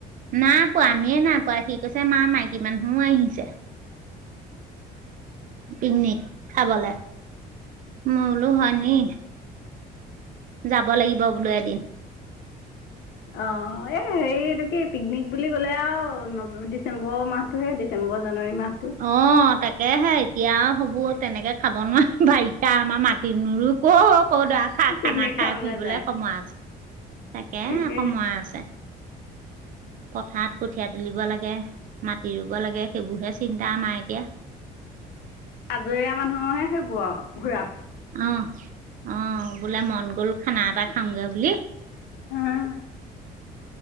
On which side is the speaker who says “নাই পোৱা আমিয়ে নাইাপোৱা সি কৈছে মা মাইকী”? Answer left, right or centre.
Right